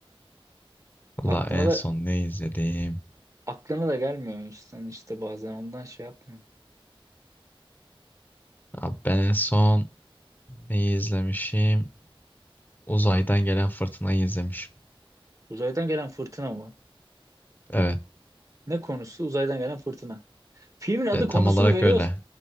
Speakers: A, on the left (about 20°); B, on the right (about 35°).
A: Valla
B: Aklına
A: en
B: da
A: son ne izledim?
B: aklına da gelmiyor insan işte bazen ondan şey yapmıyor.
A: Abi ben en son neyi izlemişim? Uzaydan gelen fırtınayı izlemişim.
B: Uzaydan gelen fırtına mı?
A: Evet,
B: Ne konusu? Uzaydan gelen fırtına. Filmin adı
A: e, tam
B: konusunu
A: olarak
B: veriyor.
A: öyle.